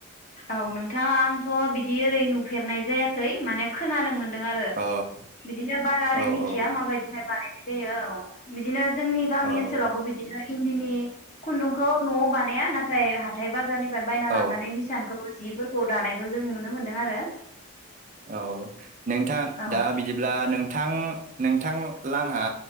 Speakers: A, on the left (about 35°); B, on the right (about 35°).
A: औ नोंथां आंथ' बिदि ओरै नुफेरनाय जायाखै माने खोनानो मोन दों आरो
B: अ
A: बिदिनो बारा ओरै
B: औ
A: मिथिया
B: औ
A: माबायदिहाय बानायनाय। जायो औ बिदिनो। जोंनि गामि
B: औ
A: ओनसोलावबो बिदिनो इन्दिनि खुन्दुंखौ नआव बानाया नाथाय हाथाय बाजार आरनिफ्राय बायना लाबनानै
B: औ
A: हिसान। जिफोरखौ दानायखौ जों नुनो मोनदों आरो।
B: औ नोंथां
A: औ
B: दा बिदिब्ला नों थां नोंथां आंहा